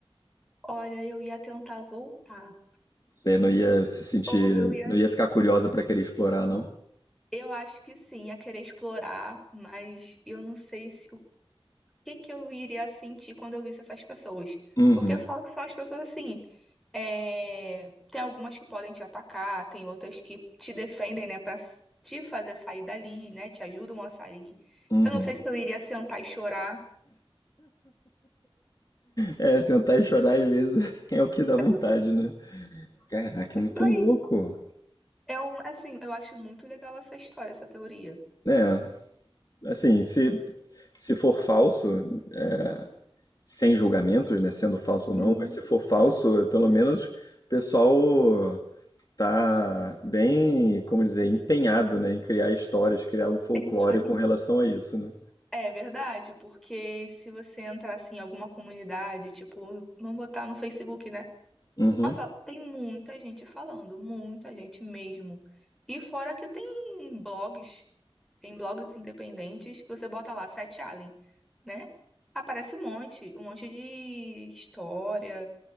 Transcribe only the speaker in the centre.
Olha, eu ia tentar voltar.
Ou eu ia.
Eu acho que sim, a querer explorar, mas eu não sei se, o que que eu iria sentir quando eu visse essas pessoas.
Porque eu falo que são as pessoas assim, é, tem algumas que podem te atacar, tem outras que te defendem, né, pra s- te fazer sair dali, né, te ajudam a sair.
Eu não sei se eu iria sentar e chorar.
Mas
é
Isso
aí.
É um, assim, eu acho muito legal essa história, essa teoria.
Uhum,
isso aí.
É verdade, porque se você entrar assim, em alguma comunidade, tipo, vamos botar no Facebook, né?
Nossa, tem muita gente falando, muita gente mesmo. E fora que tem blogs, tem blogs independentes que você bota lá, Sete Alien, né? Aparece um monte, um monte de história,